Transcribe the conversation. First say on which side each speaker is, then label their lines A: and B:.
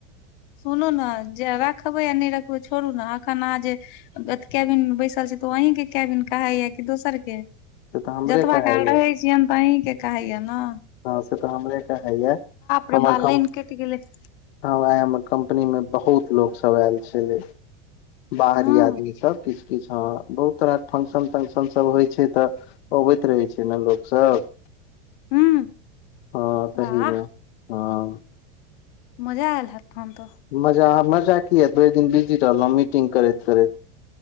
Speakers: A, on the left; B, on the left.
A: सुनू न जे रखबै आ नै रखबै छोड़ू न एखन अहाँ जे केबिन मे बैसल छी तऽ ओ अहीं के कैबिन कहाइ ये कि दोसर के।
B: से तऽ हमरे
A: जतबा
B: कहाइया
A: काल रहै छियनि तऽ अहींके कहाइये न।
B: हँ से तऽ हमरे कहाइये
A: रे
B: हमर
A: बा
B: कम
A: लाइन कटि गेलै। <inaudible>
B: हॅं आइ हमरा आइ हमर कम्पनी मे बहुत लोक सब आयल छलै। बाहरी
A: हँ
B: आदमी सब किछ। किछ हँ बहुत तरहक फंक्शन - तंक्शन सब होइ छै तऽ अबैत रहै छै ने लोक सब।
A: हूँ
B: हँ तहि
A: वाह
B: मे हँ।
A: मजा आएल हेएत तहन तऽ।
B: मजा - मजा की एत भरि दिन बिजी रहलहुँ मीटिंग करैत- करैत।